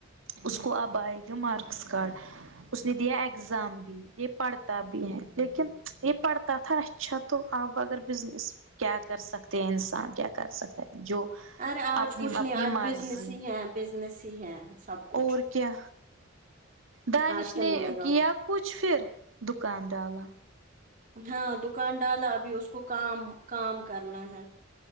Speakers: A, on the right; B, on the right.
A: اس کو اب آئے گا مارکس کارڈ اس نے دیا ایگزام بھی یہ پڑھتا بھی ہے لیکن یہ پڑھ تاتھا اچھا تو آپ اگر بزنس کیا کر سکتے ہیں انسان کیا کر سکتا ہے جو
B: ارے آج
A: اپنی
B: کچھ
A: اپنی
B: نہیں آج
A: مرضی
B: بزنس ہی ہے بزنس ہی ہے سب کچھ
A: اور کیا دانش
B: آج کیا
A: نے
B: ملے گا
A: کیا
B: ادھر؟
A: کچھ پھر دکان ڈالا
B: ہاں دکان ڈالا ابھی اس کو کام کام کرنا ہے